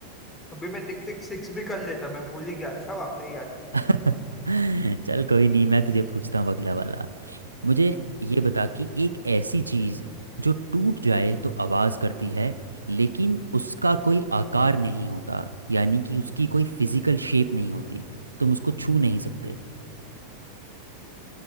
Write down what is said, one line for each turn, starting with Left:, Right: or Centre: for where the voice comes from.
Left: अभी मैं टिक टिक सिक्स भी कर लेता मैं भूल ही गया अच्छा वो आपने याद दिला
Right: <laughs> चल कोई नहीं मैं तुझे पूछता हूँ अगला वाला
Left: हम्म।
Right: मुझे ये बता कि एक ऐसी चीज़ जो टूट जाए तो आवाज़ करती है लेकिन उसका कोई आकार नहीं होता यानी कि उसकी कोई फिजिकल शेप नहीं होती तुम उसको छू नहीं सकते